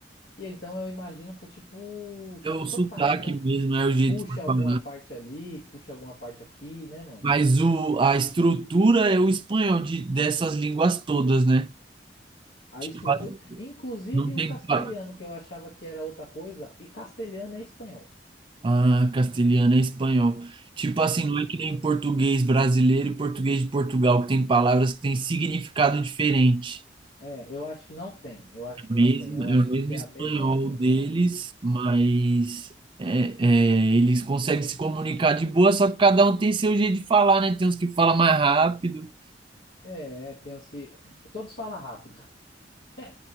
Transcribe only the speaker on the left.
E então eu imagino que é tipo,
tipo
sotaque,
né?
Puxa
alguma
parte ali, puxa alguma parte aqui, né, mano?
A
estrutura, inclusive
o castelhano
que eu achava que era outra coisa, e castelhano é espanhol.
É, eu acho que não tem. Eu acho que
não tem. Eu
acho
que é
a mesma língua.
É, é, tem uns que todos falam rápido. <laughs> É,